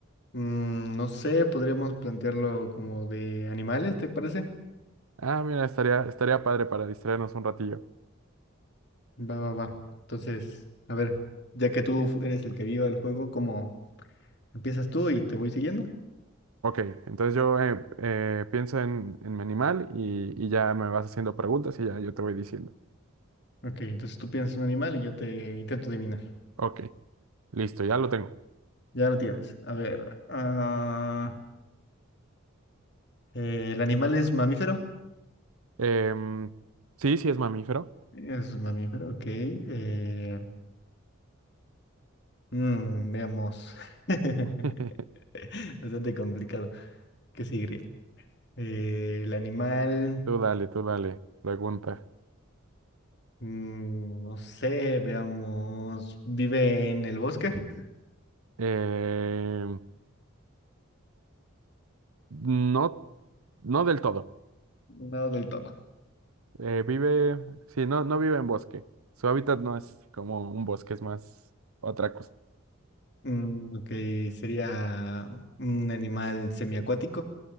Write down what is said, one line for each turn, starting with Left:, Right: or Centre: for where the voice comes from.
Left: Mm, no sé, podríamos plantearlo como de animales, ¿te parece?
Right: Ah, mira, estaría, estaría padre para distraernos un ratillo.
Left: Va, va, va. Entonces, a ver, ya que tú fu- eres el que vio el juego, ¿cómo empiezas tú y te voy siguiendo?
Right: Ok, entonces yo eh, eh, pienso en, en mi animal y, y ya me vas haciendo preguntas y ya yo te voy diciendo.
Left: Ok, entonces tú piensas en un animal y yo te intento adivinar.
Right: Ok, listo, ya lo tengo.
Left: Ya lo tienes. A ver, ah, eh, ¿el animal es mamífero?
Right: Em, sí, sí es mamífero.
Left: Es un mamífero, ok. eh, mm, veamos. <laughs>
Right: <laughs>
Left: Bastante complicado. ¿Qué sigue? Eh, el animal,
Right: Tú dale, tú dale, pregunta.
Left: mm, no sé, veamos, vive en el bosque. <laughs>
Right: Em, no, no del todo.
Left: No del todo.
Right: Eh, vive, sí, no, no vive en bosque. Su hábitat no es como un bosque, es más otra cosa.
Left: Mm, ok, sería un animal semiacuático.